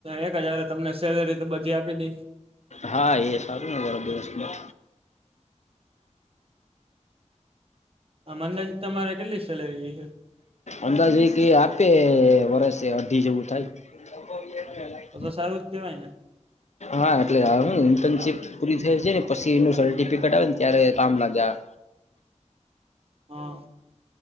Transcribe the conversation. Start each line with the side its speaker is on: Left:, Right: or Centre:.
Right: એક જ હારે તમને સેલરી તો આપી જ દે
Left: હા એ સારું ને વરો દિવસમાં
Right: આમ અંદાજે તમારે કેટલી સેલરી છે
Left: અંદાજી કે આપે વર્ષે અઢી જેવું થાય બહુ એ કે લાઇટ
Right: તો તો સારું જ કેવાય ને
Left: હા એટલે ઇન્ટર્ન શિપ પૂરી થાશે પછી એનું સર્ટિફિકટ આવેને ત્યારે કામ લાગ્યા
Right: હા